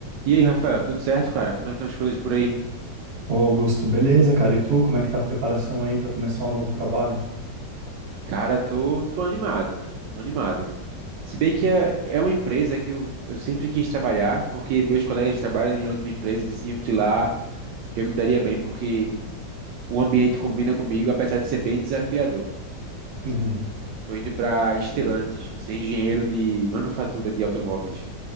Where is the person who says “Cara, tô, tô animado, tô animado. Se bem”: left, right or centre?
Right